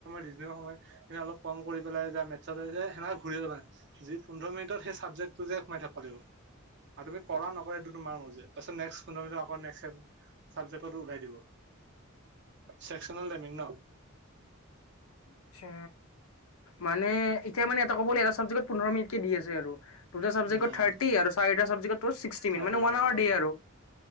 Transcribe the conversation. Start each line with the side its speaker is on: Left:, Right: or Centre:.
Right: ৰিজনিংৰ সময় সেয়া অলপ কম কৰি পেলাই যা মেতচত সেনেক ঘূৰি লবা। যি পোন্ধৰ মিনিটত সেই চাব টোযে সোমাই থাকিব লাগিব আৰু তুমি কৰা নকৰা এইটো তোমাৰ মৰ্জি তাৰপিছত নেক্সট পোন্ধৰ মিনিটৰ পাছত নেক্স আহি চাবজেকতো ওলাই দিব চেকচনেল টাইমিং ন।
Left: আচ্ছা। মানে এতিয়া মানে এটা ক'বলৈ এটা চাবজেক্টত পোন্ধৰ মিনিট কে দি আছে আৰু। দুটা চাবজেক্টৰ
Right: উম
Left: থাৰ্টি আৰু চাৰিটা চাবজেক্টত টু চিস্কটি
Right: থাৰ্টি
Left: মিনিট মানে ওৱান আৱাৰ
Right: উম
Left: দিয়ে আৰু।